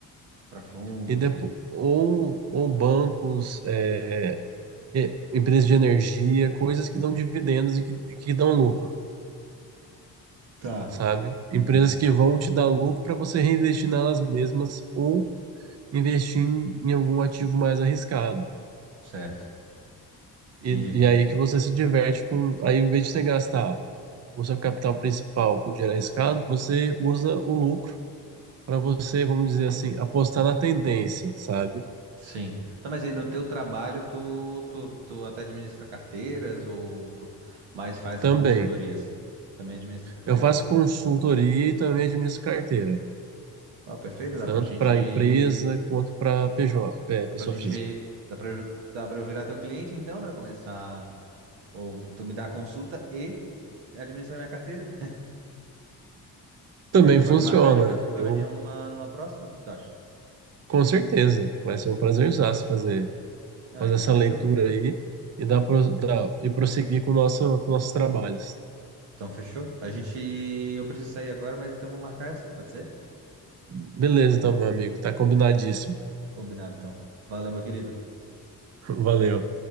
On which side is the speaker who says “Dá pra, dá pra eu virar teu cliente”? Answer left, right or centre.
Right